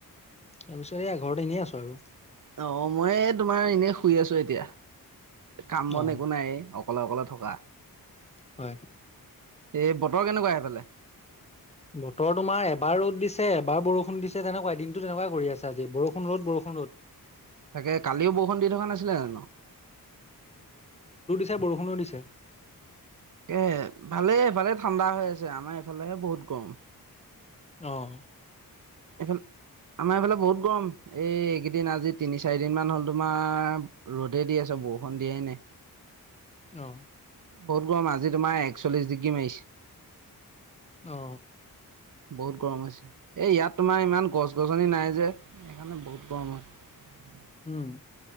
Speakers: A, on the left; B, on the right.
A: তাৰপিছত এইয়া ঘৰতে এনেই আছো আৰু
B: অ মই তোমাৰ এনেই শুই আছো এতিয়া। কাম
A: অ
B: বন একো নায়েই, অকলে অকলে থকা।
A: হয়।
B: এই <unintelligible> সেইফালে
A: বতৰ তোমাৰ এবাৰ ৰ'দ দিছে, এবাৰ বৰষুণ দিছে তেনেকুৱাই দিনটো তেনেকুৱাই কৰি আছে আজি বৰষুণ-ৰ'দ, বৰষুণ-ৰ'দ।
B: তাকে কালিও বৰষুণ দি থকা নাছিলে জানো?
A: য়া বৰষুণো দিছে।
B: এ ভালে ভালে ঠাণ্ডা হৈ আছে আমাৰ এইফালেহে বহুত গৰম।
A: অঁ!
B: এইফালে <inaudible> আমাৰ এইফালে বহুত গৰম এই দিন আজি তিনি চাৰি দিন মান হ'ল, তোমাৰ ৰ'দেই দি আছে বৰষুণ দিয়াই নাই।
A: অ।
B: বহুত গৰম, আজি তোমাৰ একচল্লিশ ডিগ্ৰী মাৰিছে।
A: অ
B: বহুত গৰম হৈছে। এই ইয়াত তোমাৰ ইমান গছ-গছনি নাই যে সেইকাৰণে বহুত গৰম হয়।
A: উম।